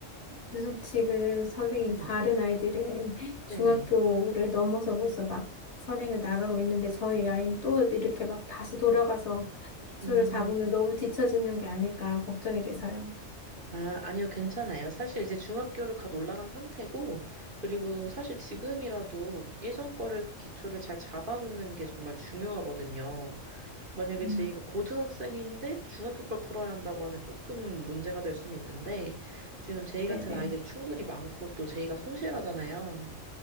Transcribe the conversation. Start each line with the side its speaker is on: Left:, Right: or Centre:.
Left: 그래서 지금 선생님,
Right: 네네.
Left: 다른 아이들은 중학교를
Right: 네네.
Left: 넘어서 벌써 막 선행을 나가고 있는데, 저희 아이는 또 이렇게 막 다시 돌아가서 기초를
Right: 음,
Left: 잡으면 너무 뒤처지는 게 아닐까 걱정이 돼서요.
Right: 아, 아니요, 괜찮아요. 사실 이제 중학교를 갓 올라간 상태고, 그리고 사실 지금이라도 예전 거를 기초를 잘 잡아놓는 게 정말 중요하거든요. 만약에
Left: 음,
Right: 제이가 고등학생인데 중학교 걸 풀어야 한다고 하면 조금 문제가 될 수는 있는데, 지금 제이
Left: 네네.
Right: 같은 아이들이 충분히 많고 또 제이가 성실하잖아요.